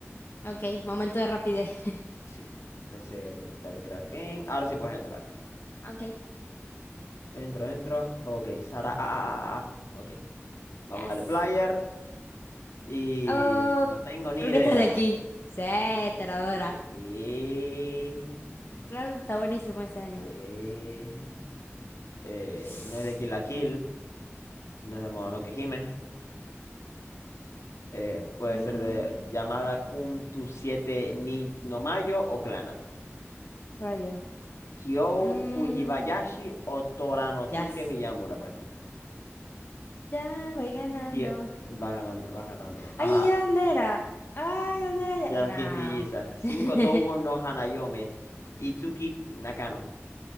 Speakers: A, on the left (about 55°); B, on the left (about 85°).
A: Ok, momento de rapidez. <laughs>
B: Sí. Entonces, voy- dale crear game. Ahora sí puedes entrar.
A: Ok,
B: Entro, entro. Ok, Sara. ah, ah, ah, ah, ah. Ok. Vamos
A: yes.
B: a darle player. Y
A: Oh,
B: no tengo ni
A: creo
B: idea.
A: que estás de aquí. Sí, Teradora.
B: Y...
A: Claro, está buenísimo ese anime.
B: eh, eh,
A: <sighs>
B: no es de Kill la Kill, no es de Mononoke Hime, eh, puede
A: Mm,
B: ser de Yamada Kun tu siete ni no Mayo o Clanata.
A: rayo.
B: Kyo
A: Mm,
B: Fujibayashi o Toranosuke
A: yes.
B: Miyamura, pues no.
A: Ya voy ganando.
B: Ki- ki- Va ganando, vas ganando. Ajá,
A: Ay, ¿ya dónde era? Ay, ¿dónde era ya?
B: y de las
A: No.
B: quintillizas. cinco
A: <laughs>
B: Toubo no Hanayome, Itsuki Nakano.